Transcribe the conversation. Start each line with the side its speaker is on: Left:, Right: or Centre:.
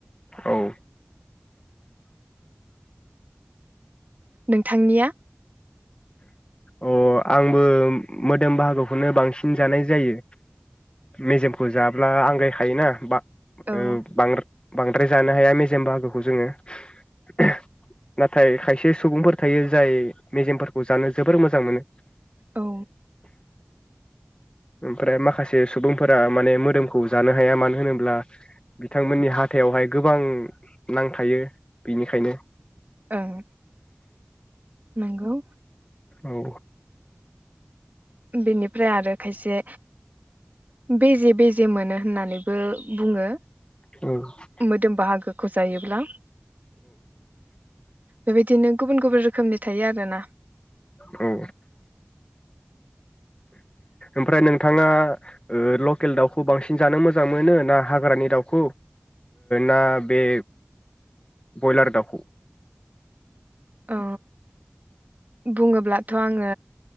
Left: औ
Right: नोंथांनिया
Left: अ आंबो मोदोम बाहागोखौनो बांसिन जानाय जायो मेजेमखौ जाब्ला आंगायखायोना बा
Right: औ ओं
Left: ओ बांद्रा बांद्राय जानो हाया मेजेम बाहागोखौ जोङो <unintelligible> नाथाय खायसे सुबुंफोर थायो जाय मेजेमफोर जानो जोबोर मोजां मोनो।
Right: औ
Left: ओमफ्राय माखासे सुबुंफोरा माने मोदोमखौ जानो हाया मानो होनोब्ला बिथांमोननि हाथायावहाय गोबां नांथायो बिनिखायनो
Right: ओं। नोंगौ।
Left: औ।
Right: बेनिफ्राय आरो खायसे बेजे बेजे मोनो होननानैबो बुङो।
Left: औ
Right: मोदोम बाहागोखौ जायोब्ला बेबायदिनो गुबुन गुबुन रोखोमनि थायो आरोना
Left: औ ओमफ्राय नोंथाङा लकेल दाउखौ बांसिन जानो मोजां मोनो ना हाग्रानि दाउखौ ना बे बयलार दाउखौ
Right: ओ बुङोब्लाथ' आङो